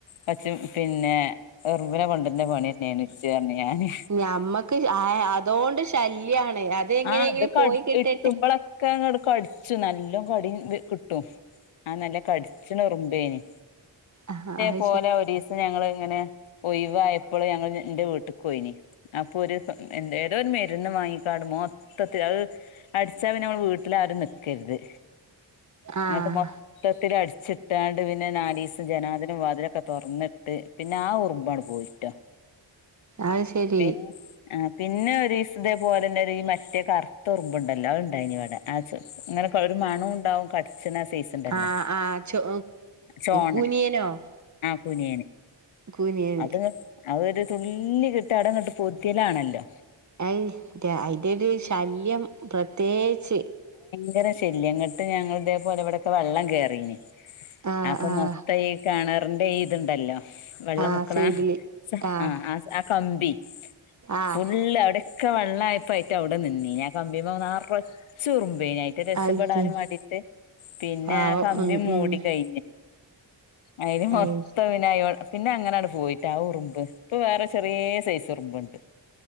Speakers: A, on the left; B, on the right.
A: പചും പിന്നെ എറുമ്പിനെ കൊണ്ടര്ണ പണിയന്നര്ന്നു ഇച്ച്ന്നറഞ്ഞു ഞാന്.
B: ഞമ്മക്ക് അതോണ്ട് ശല്യാണ് അതെങ്ങനെയെങ്കിലും
A: ആ അത് കട്
B: പോയി കിട്ടട്ടെ
A: ഇട്ടുമ്പളൊക്കങ്ങട്ട് കടിച്ചുംനല്ലോം കടീം ത് കിട്ടും അത് നല്ല കടിച്ചണ ഉറുമ്പേന്
B: അഹാ അഅ്
A: പോലെ ഒരീസം ഞങ്ങള് ങ്ങനെ ഒയിവായപ്പള് ഞങ്ങള് ഇന്റെ വീട്ട്ക്ക് പോയിന് അപ്പോ ഒരു എന്താ ഏതോരു മരുന്ന് വാങ്ങിക്കാട് മൊത്തത്തില് അഅ് അടിച്ചാൽ പിന്നെമ്മളെ വീട്ടിൽ ആരും നിക്കരുത്.
B: ആഹ്
A: ഇങ്ങട്ട് മൊത്തത്തിലടിച്ചിട്ടാണ്ട് പിന്നെ നാലീസം ജനാതിലും വാതിലൊ ഒക്കെ തുറന്നിട്ട് പിന്നെ ആ ഉറുമ്പങ്ങട് പോയിട്ടോ
B: അഅ് ശരി
A: പിന്നെ ആ പിന്നെ ഒരീസം ഇതേപോലെന്നൊരീമറ്റേ കറുത്ത ഉറുമ്പുണ്ടല്ലോ അഅ്ണ്ടായിനിവിടെ അത് സ് ഇങ്ങനൊക്കെ ഒരു മണോംഇണ്ടാവും കടിച്ചണാ സൈസിണ്ടല്ലോ
B: ആഹ് ആഹ് ചോ
A: ചോണ
B: കുനിയനോ
A: തുനിയന്
B: കുനിയന്
A: അത് അവ ഒരു തുള്ളി കിട്ടാടംങ്ങട്ട് പൊത്തിയലാണല്ലോ
B: അഅ് ന്റ അയിന്റൊരു ശല്യം പ്രത്യേകിച്ച്
A: യങ്കര ശല്യംങ്ങട്ട് ഞങ്ങളിതേപോലെ ഇവിടൊക്കെ വെള്ളം കേറിന്
B: ആഹ്
A: അപ്പൊ മൊത്തംഈ
B: ആഹ്
A: കേണേറിന്റെ ഈഇത്ണ്ടല്ലോ വെള്ളംമുക്കണ
B: ആഹ് സൈഡില്
A: സ
B: ആഹ്
A: ആ ആ സ ആ കമ്പി
B: ആഹ്
A: ഫുള്ള് അവിടൊക്കെ വെള്ളായപ്പയ്റ്റ അവിടെ നിന്നീന് ആ കമ്പിമ്മെ നറച്ചുറുമ്പ് വെയിനായിട്ട് രക്ഷപ്പെടാനുംവേണ്ടീട്ട്
B: ആയിക്ക്
A: പിന്നെ
B: പാവം
A: ആ കമ്പി
B: ഉം
A: മൂടി
B: ഉം
A: കയിഞ്ഞ് അയില് മൊത്തപിനയ്കോടെ
B: അയ്
A: പിന്നെ അങ്ങനാണ് പോയിട്ട് ആ ഉറുമ്പ് ഇപ്പൊ വേറെ ചെറിയ സൈസ് ഉറുമ്പ്ണ്ട്